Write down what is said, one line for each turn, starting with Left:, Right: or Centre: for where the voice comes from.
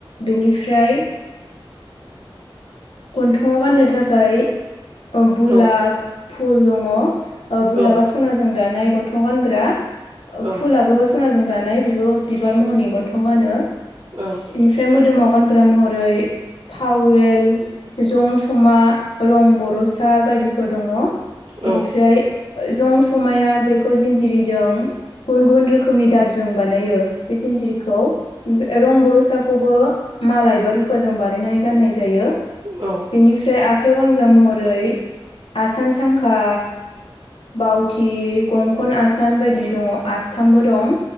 Left: दु निफ्राय गन्थंआव गाननो थाखाय बुलाख
Right: औ
Left: फुल दङ।
Right: ओं
Left: बुलाबा सना जों दानाइ गथंआव गानग्रा
Right: औ
Left: फुलाबो सनाजों दानाय बेबो बिबार महरनि गन्थंआव गानो
Right: औ
Left: बि बे मोदोमाव गानग्रा महरै थावबेल जं समा रं बर'सा बायदिफोर दङ
Right: औ
Left: बेनिफ्राय जंसमाया बेखौ जिनजिरिजों गुबुन गुबुन रोखोमनि दाल जों बानायो। बे जिनजिरिखौ रं बर'साखौबो माला एबा रुफाजों बानायनानै गाननाय जायो।
Right: औ
Left: बेनिफ्राय आखायाव गानग्रा महरै आसान सांखा बाावथि गंखन आसान बायदि दङ आसथामबो दं